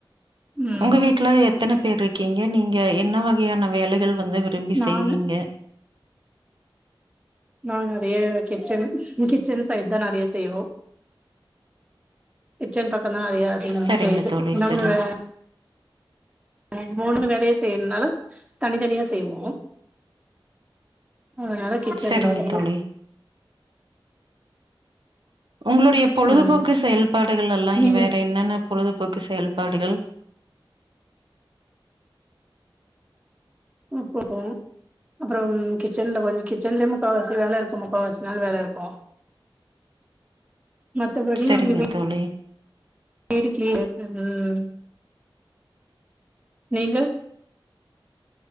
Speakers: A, on the right (about 15°); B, on the right (about 65°).
A: ம்
B: உங்க வீட் ட்ல எத்தனை பேர் இருக்கீங்க நீங்க என்ன வகையான வேலைகள் வந்து விரும்பி
A: நானு
B: செய்வீங்க
A: நா நெறைய கிச்சன் கிச்சன் சைட் தா நெறைய செய்வோ கிச்சன் பக்கதா அதிக அதிகமா
B: சரிங்க
A: செய்யுது
B: தோழி,
A: உணவு
B: சரிங்
A: வே ஆ மூணு வேளையு செய்யறதுனால தனித்தனியா செய்வோ அதனால கிச்சன்
B: செரிங்க
A: தா அதிகோ
B: தோழி உங்களுடைய பொழுதுபோக்கு
A: ம்
B: செயல்பாடுகள் எல்லா
A: நீங்க
B: வேறு என்னென்ன பொழுதுபோக்கு செயல்பாடுகள்
A: இப்பதா அப்பறம் கிச்சனல கொஞ்ச கிச்சன்லயே முக்காவாசி வேல இருக்கு முக்காவாசி நாளு வேல இருக்கு மத்தபடி
B: செரிங்க தோழி
A: வீடு கீளியர் ம் நீங்க